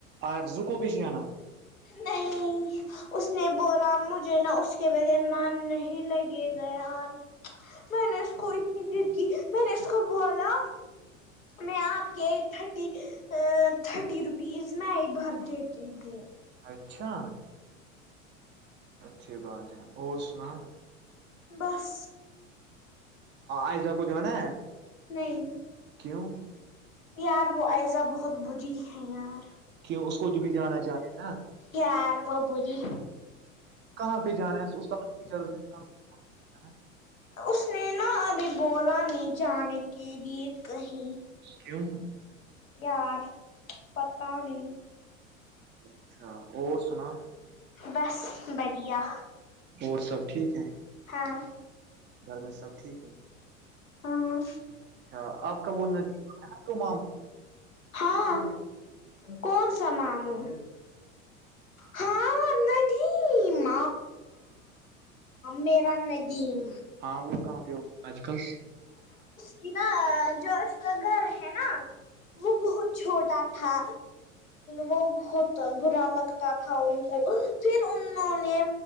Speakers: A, on the right; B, on the left.
A: اور زکوبش نا
B: نہیں اس نے بولا مجھے نہ اس کے بغیر مان نہیں ہی لگے گئے اور میں نے کوئی میں نےسٹ کو بولا میں آپ کے تھرٹی تھرٹی روپیز میں ہی بھر گتی جی ہوں
A: اچھا اچھی بات ہے اور سنا
B: بس
A: آئسہ کو جو ہے نا
B: نہیں
A: کیوں
B: یار وہ ایزہ بہت بری ہے یار
A: کیوں اس کو جو بھی جانا چاہتے ہیں نا
B: یار وہ بولی
A: کہاں پہ جانا ہے استاد ٹیچرز نے کہاں جانا
B: اس نے نہا ابھی بولا نہیں جان کے لیے کہیں
A: کیوں
B: یار پت نہیں
A: اچھا اور سنا
B: بس بڑھیا
A: اور سب ٹھیک ہے
B: ہاں
A: گھر میں سب ٹھیک ہے
B: ہاں
A: اچھا آپ کا ب ندیک تومام
B: ہاں کون سا مموں
A: <unintelligible>
B: ہاں ندیم میریرا ندیم
A: ہاں وہ کہاں پہ ہوتا ہیں آج کل
B: کہ نا جو اس کا گھر ہے نا وہ بہت چھوٹا تھا وہ بہت برا لگتا تھا ان کو پھر انہوں نے